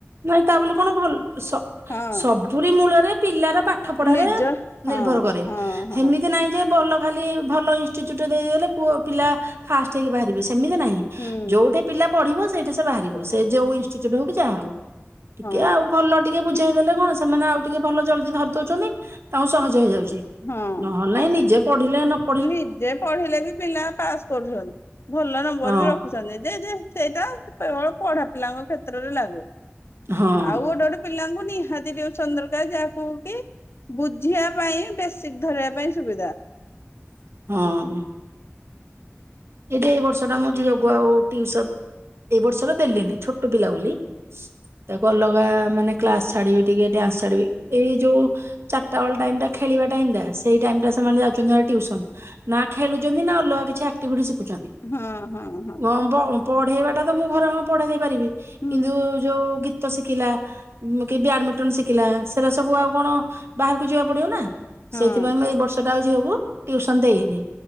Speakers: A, on the right; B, on the left.
A: ନାଇଁ ତା ବୋଲେ କଣ ଭଲ ସ ।
B: ହଁ
A: ସବୁରି ମୂଳରେ ପିଲାର। ପାଠ ପଢାରେ
B: ନିଜ
A: ନିର୍ଭର
B: ହଁ
A: କରେ
B: ହଁ ହଁ
A: ସେମିତି ନାଇଁ ଯେ ଭଲ । ଖାଲି ଭଲ ଇନସଟିଚୁଟ ଟେ ଦେଇଦଲେ ପଅ ପିଲା ଫାଷ୍ଟ ହେଇକି ବାହାରିବେ । ସେମିତି ନାହିଁ
B: ହୁଁ
A: ଯୋଉଠି ପିଲା । ପଢିବ ସେଇଟେ ସେ ବାହାରିବ ସେ ଯୋଉ ଇଷ୍ଟିଚ୍ୟୁଟ୍ ହଉ କି ଯାହା ହଉ । ଟିକେ
B: ହଁ
A: ଆଉ ଭଲ ଟିକେ ବୁଝେଇ । ଦେଲେ କଣ ସେମାନେ ଆଉ ଟିକେ ଭଲ ଜଲଦି ଧରି ଦଉଛନ୍ତି ତାଙ୍କୁ ସହଜ ହେଇଯାଉଛି ।
B: ହଁ
A: ନହେଲେ ନାଇ ନିଜେ ପଢିଲେ ।
B: ନିଜେ ପଢିଲେ ବି ପିଲା ପାସ୍ କରୁଛନ୍ତି । ଉପର
A: ହଁ
B: ବି ରଖୁଛନ୍ତି ଯେ ଯେ ସେଇଟା । କେବଳ ପଢା ପିଲାଙ୍କ କ୍ଷେତ୍ରରେ ଲାଗୁ ।
A: ହଁ
B: ଆଉ ଗୋଟେ ଗୋଟେ ପିଲାଙ୍କୁ । ନିହାତି ଯେଉଁ ଚନ୍ଦ୍ରକା ଯାହାକୁ କି ବୁଝିବା ପାଇଁ ବେ ସିକ ଧ ରିବା ପାଇଁ ସୁବିଧା ।
A: ହଁ । ଏଇଟା ଏଇ ବର୍ଷଟା ମୋ ଝିଅ କୁ । ଆଉ ଟିଉସନ ଏଇ ବର୍ଷଟା ଦେଲିନି ଛୋଟ ପିଲା ବୋଲି ତାକୁ ଅଲଗା ମାନେ କ୍ଲାସ ଛାଡିବି ଟିକେ ଡିଆନ୍ସ ଛାଡିବି ଏଇ ଯୋଉ ଚାରିଟା ବେଳ ଟାଇମ ଟା ଖେଳିବା ଟାଇମ ଟା ସେଇ ଟାଇମ ଟା ସେମାନେ ଯାଉଛନ୍ତି ଟିଉସନ ନା ଖେଳୁଛନ୍ତି ନା ଅଲଗା କିଛି ଆକ ଟିଭିଟି ସି ଖୁ ଛନ୍ତି
B: ହଁ ହଁ ହଁ
A: ୱ ମ ପଢ଼େଇବାଟା ତ ମୁଁ ଘରେ ହ ପଢ଼େଇ ଦେଇପାରିବି ।
B: ହୁଁ
A: କିନ୍ତୁ ଯୋଉ ଗୀ ତ ଶିଖିଲା କି ବ୍ୟାଡମିଣ୍ଟନ ଶିଖିଲା ସେଟା ସବୁ ଆଉ କଣ ବାହାରକୁ ଯିବାକୁ ପଡିବ ନା।
B: ହଁ
A: ସେଇଥିପାଇଁ ମୁଁ ଏଇ ବର୍ଷ । ଝିଅକୁ ଟୁସନ ଦେଇନି